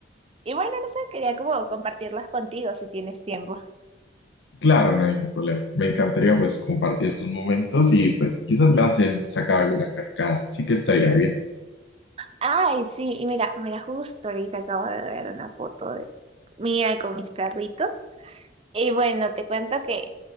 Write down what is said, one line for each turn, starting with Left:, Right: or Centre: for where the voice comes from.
Right: Y bueno, no sé, quería como compartirlas contigo si tienes tiempo.
Left: Claro, no hay ningún problema. Me encantaría pues compartir estos momentos y pues quizás me hacen sacar alguna carcada. Sí que estaría bien.
Right: Ay, sí, y mira, mira, justo ahorita acabo de ver una foto de mía con mis perritos. Y bueno, te cuento que